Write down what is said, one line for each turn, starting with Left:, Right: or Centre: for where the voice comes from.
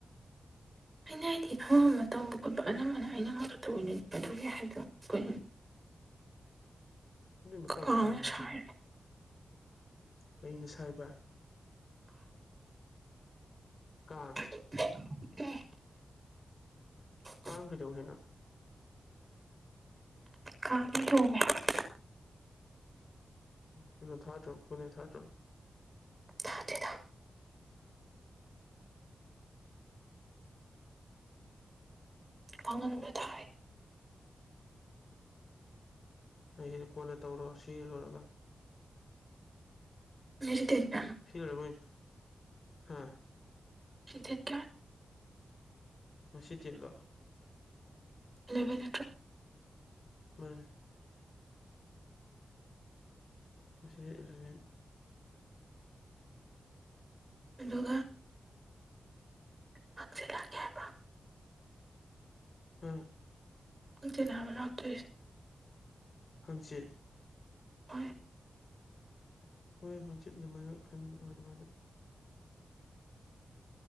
Right: ꯑꯩꯅ ꯍꯥꯏꯗꯤ ꯑꯃ ꯑꯃ ꯇꯧꯕ ꯈꯣꯠ ꯄꯥ ꯑꯅꯥꯝꯕ ꯅꯥ ꯑꯩꯅ ꯅꯠꯇꯥ ꯇꯧꯋꯤ ꯅꯤ ꯑꯗꯨꯒꯤ ꯍꯥꯏꯕꯅꯤ ꯀꯩꯅꯣ
Left: ꯎꯝ ꯃꯇꯥꯡ-
Right: ꯀꯥꯡꯅ
Left: ꯃꯇꯥꯡꯅ ꯅꯦ
Right: ꯁꯥꯔꯦ
Left: ꯀꯩꯅꯣ ꯀꯩꯅꯥ ꯁꯥꯏꯕ ꯀꯥꯡ
Right: <unintelligible>
Left: ꯀꯥꯡ ꯀꯩꯇꯧꯋꯦ ꯍꯥꯏꯅꯣ
Right: ꯀꯥꯡꯅ ꯌꯣꯝꯃꯦ ꯍꯥꯏꯕ
Left: ꯀꯩꯅꯣ ꯊꯥꯗ꯭ꯔꯣ ꯒꯨꯠ ꯅꯥꯏꯠ ꯊꯥꯗ꯭ꯔꯣ
Right: ꯊꯥꯗꯦꯗꯥ <unintelligible>
Left: ꯑꯩꯒꯤꯗꯤ ꯀꯣꯟꯅ ꯇꯧꯔꯣ ꯁꯤ ꯂꯣꯏꯔꯒ
Right: ꯉꯁꯤ ꯗꯦꯠ ꯀꯌꯥ
Left: ꯊ꯭ꯔꯤ ꯑꯣꯏꯔꯝꯒꯅꯤ ꯍꯥ
Right: ꯗꯦꯠ ꯀꯌꯥ
Left: ꯉꯁꯤ ꯗꯦꯠ ꯂꯣ
Right: ꯏꯂꯦꯚꯦꯟ ꯅꯠꯇ꯭ꯔꯣ
Left: ꯃꯥꯅꯦ ꯉꯁꯤ ꯏꯂꯦꯚꯦꯟ
Right: ꯑꯗꯨꯒ ꯍꯥꯡꯆꯤꯠ ꯂꯥꯛꯀꯦ ꯍꯥꯏꯕ꯭ꯔꯣ
Left: ꯍꯥ
Right: ꯍꯥꯡꯆꯤꯠ ꯂꯕ ꯂꯥꯛꯇꯣꯏꯁꯦ
Left: ꯍꯪꯆꯤꯠ
Right: ꯍꯣꯏ
Left: ꯍꯣꯏ ꯍꯪꯆꯤꯠ ꯑꯗꯨꯃꯥꯏꯅ ꯈꯟ ꯑꯗꯨꯃꯥꯏꯅ